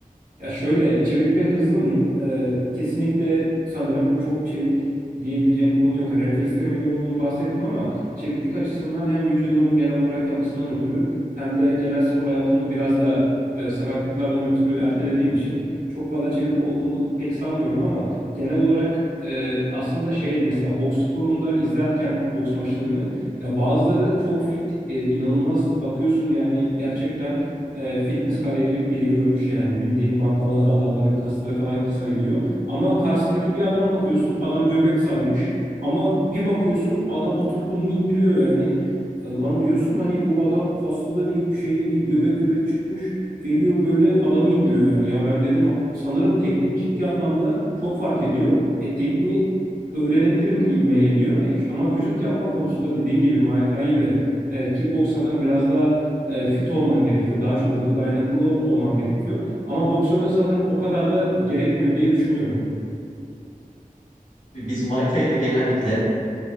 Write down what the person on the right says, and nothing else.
Ya şöyle çevik ve hızlı mıyım? Ee, kesinlikle sanırım çok çevik diyebileceğim bir konu yok. Yani reflekslerim iyi olduğunu bahsettim ama çeviklik açısından hem vücudumun genel olarak yapısından ötürü hem de genel spor hayatımın biraz da e, sakatlıklardan ötürü ertelediğim için çok fazla çevik olduğumu pek sanmıyorum ama genel olarak e, aslında şey mesela boks sporunda izlerken boks maçlarını ya bazıları çok fit, e, inanılmaz bakıyorsun yani gerçekten e, fitness kariyeri bile görmüş yani. Bildiğin baklavaları adamların kasları falan sayılıyor. Ama karşısındaki bir adama bakıyorsun adam göbek salmış. Ama bir bakıyorsun adam oturttun mu indiriyor yani. E, lan diyorsun hani bu adam kaslı da değil bir şey de değil göbek göbek çıkmış. Geliyor böyle adamı indiriyor yani. Ya ben dedim sanırım teknik ciddi anlamda çok fark ediyor. E tekniği öğrenebilirim gibime geliyor. E, ama vücut yapma konusunda dediğin gibi Muay Thai ve e, kickbox sanırım biraz daha e, fit olman gerekiyor. Daha çok da dayanıklı olman gerekiyor. Ama boksörde sanırım o kadar da gerekmiyor diye düşünüyorum.